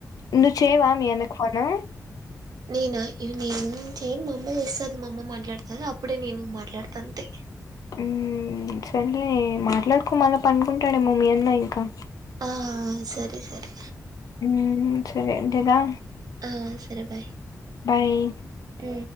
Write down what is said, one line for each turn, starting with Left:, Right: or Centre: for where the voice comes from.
Left: నువ్వు చెయ్యవా మీ అన్నకు ఫోను
Right: నేనా ఇవి నేను చేను మా అమ్మ చేస్తది మా అమ్మ మాట్లాడతాది అప్పుడే నేను మాట్లాడుతా అంతే
Left: యూ సర్లే మాట్లాడుకో మల్ల పడుకుంటాడేమో మీ అన్న ఇంకా
Right: ఆ సరే సరే
Left: యూ సరే అంతేగా
Right: ఆ సరే బాయ్
Left: బాయ్
Right: యూ